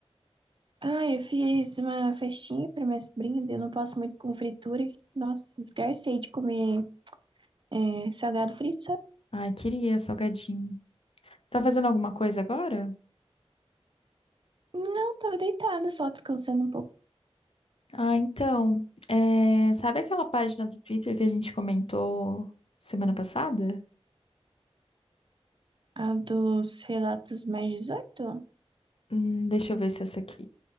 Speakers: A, on the right (about 50°); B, on the left (about 60°).
A: Ah, eu fiz uma festinha pra minha sobrinha, daí eu não posso muito com fritura. Nossa, esgarcei de comer é, salgado frito, sabe?
B: Ai, queria salgadinho. Tá fazendo alguma coisa agora?
A: Não, tava deitada, só descansando um pouco.
B: Ah, então, é, sabe aquela página do Twitter que a gente comentou semana passada?
A: Ah, dos relatos mais 18?
B: Hum, deixa eu ver se é essa aqui.